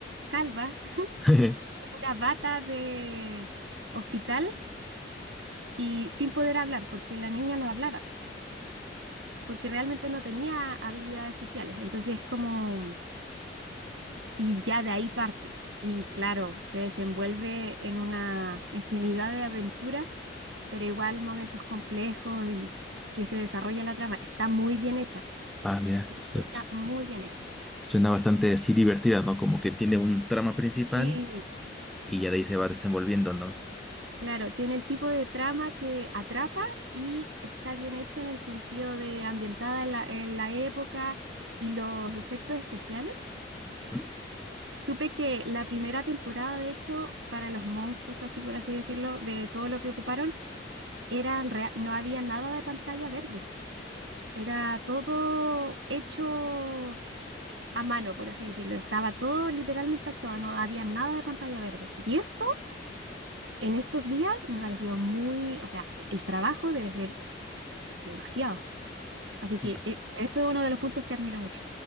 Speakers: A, on the right; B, in the centre.
A: calva,
B: <laughs>
A: <laughs> una bata de hospital y sin poder hablar, porque la niña no hablaba, porque realmente no tenía habilidades sociales. Entonces es como... y ya de ahí parte. Y claro, se desenvuelve en una infinidad de aventuras, pero igual momentos complejos y que se desarrolla la trama. Está muy bien hecha,
B: Ah, mira,
A: está
B: eso,
A: muy bien hecha.
B: Suena bastante así divertida, ¿no? Como que tiene un trama principal
A: Y
B: y ya de ahí se va desenvolviendo, ¿no?
A: claro, tiene el tipo de trama que atrapa y está bien hecha en el sentido de ambientada en la, en la época y los efectos especiales.
B: Mm.
A: Supe que la primera temporada, de hecho, para los monstruos, así por así decirlo, de todo lo que ocuparon, Eran rea- no había nada de pantalla verde. Era todo hecho a mano, por así decirlo. Estaba todo literalmente actuado, no había nada de pantalla verde. Y eso en estos días me pareció muy, o sea, e- el trabajo debe ser demasiado. Así que
B: Y-
A: e- eso es uno de los puntos que admiro mucho.